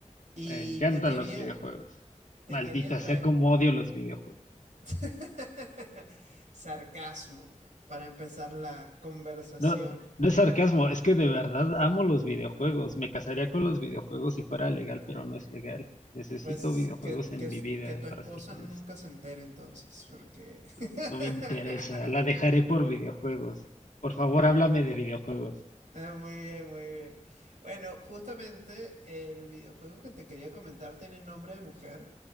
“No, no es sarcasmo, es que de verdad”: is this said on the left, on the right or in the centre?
Left